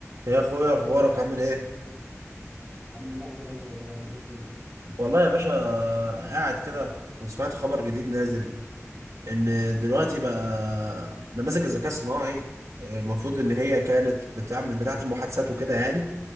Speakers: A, on the right (about 70°); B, in the centre.
A: يا اخويا اخبارك عامل ايه
B: الحمد لله حبيب قلبي والله انت إيه الدنيا
A: والله يا باشا قاعد كده وسمعت خبر جديد نازل ان دلوقتي بقى نماذج الذكاء الصناعي المفروض ان هي كانت بتعمل بتاعه المحادثات وكده يعني